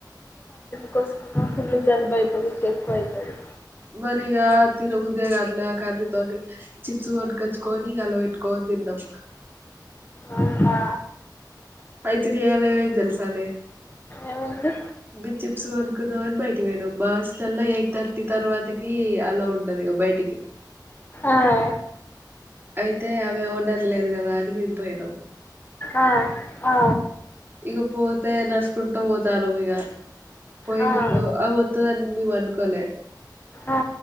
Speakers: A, on the left; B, on the right.
A: పోసుకున్నవ్ ఫుల్లు జల్బైతే ఇంకా ఎక్కువ అయితది.
B: మరి ఇగా తినబుద్దే కాట్లా ఆ కర్రీతోని చిప్స్ పట్టు కోచ్చుకొని ఇగా అల్ల పెట్టుకొని తిన్నాం.
A: అవునా
B: ఐతే ఇయ్యాల ఏమైంది తెలుసానే
A: ఏమైంది
B: మెమ్ చిప్స్ కొనుకుందామని బయటకి పోయినాం. మా హాస్టల్లా ఎయిట్ థర్టీ తర్వాతకి అలో ఉ ఉండదు ఇగా బయటికి
A: ఆహా
B: అయితే ఆమె ఓనర్లేదు కదా అని మేం పోయినాం.
A: ఆ ఆ
B: ఇగా పోతే నడుచుకుంటా పోతానం. ఇగా పోయినం
A: ఆ
B: ఆమె వత్తాదని మేము అనుకోలే
A: ఆ ఆ